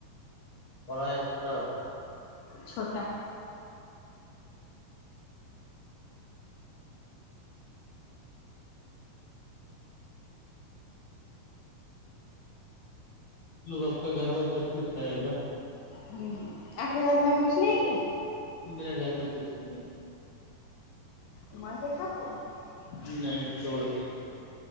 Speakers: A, on the left; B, on the left.
A: ب کتا
B: چھوٹا
A: ملو آپ کا گھر میں سب کچھ ہے نا
B: ہ آپ کے گھر میں کچھ نہیں ہے <unintelligible>
A: میرے گھر میں کچھ نہیں <unintelligible>
B: ہم کے کاب ہیں <unintelligible>
A: نہیں توڑ کے